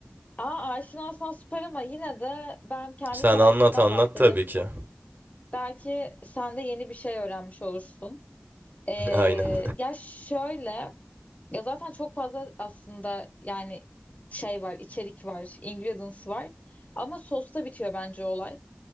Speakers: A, on the left; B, on the right.
A: aa, aşinasan süper ama yine de ben kendi
B: Sen
A: tarifimden
B: anlat anlat
A: bahsedeyim.
B: tabii ki.
A: Belki sen de yeni bir şey öğrenmiş olursun. E,
B: <laughs> Aynen.
A: ya şöyle... Ya zaten çok fazla aslında yani şey var, içerik var, ingredients var. Ama sosta bitiyor bence olay.